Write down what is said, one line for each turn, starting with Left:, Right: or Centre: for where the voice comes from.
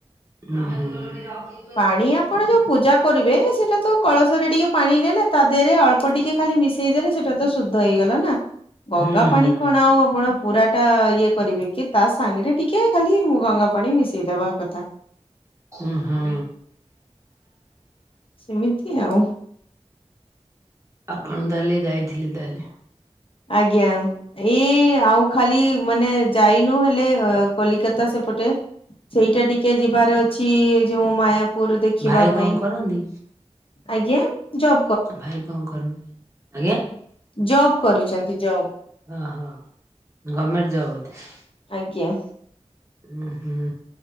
Right: ହୁଁ ହୁଁ।
Left: ପାଣି ଆ - ଆପଣ ଯୋଉ ପୂଜା କରିବେ ସେଇଟା ତ କଳସରେ ଟିକେ ପାଣି ନେଲେ ତା ଦେହରେ ଅଳ୍ପ ଟିକେ ଖାଲି ମିଶେଇ ଦେଲେ ସେଇଟା। ତ ଶୁଦ୍ଧ ହେଇଗଲା ନା ଗଙ୍ଗା
Right: ହୁଁ
Left: ପାଣି।
Right: ହୁଁ
Left: କଣ ଆଉ ଆପଣ ପୁରା ଟା ଇଏ କରିବେ କି ତା ସାଙ୍ଗରେ ଟିକେ ଖାଲି ଟିକେ ଗଙ୍ଗା ପାଣି ମିଶେଇଦବା କଥା
Right: ହୁଁ ହୁଁ।
Left: ସେମିତି ଆଉ।
Right: ଆପଣ ତାହେଲେ ଯାଇଥିଲେ ତାହେଲେ।
Left: ଆଜ୍ଞା। ଏଇ ଆଉ ଖାଲି ମାନେ ଯାଇନୁ ହେଲେ କଲିକତା ସେପଟେ। ସେଇଟା ଟିକେ ଯିବାର ଅଛି ଯୋଉ ମାୟାପୁର ଦେଖିବା
Right: ଭାଇ କଣ
Left: ପାଇଁ।
Right: କରନ୍ତି
Left: ଆଜ୍ଞା ଜବ
Right: ଭାଇ କଣ କରନ୍ତି ଆଜ୍ଞା।
Left: ଜବ୍ କରୁଛନ୍ତି ଜବ୍।
Right: ଓହୋ ଗମେଣ୍ଟ ଜବ ବୋଧେ?
Left: ଆଜ୍ଞା।
Right: ହୁଁ ହୁଁ।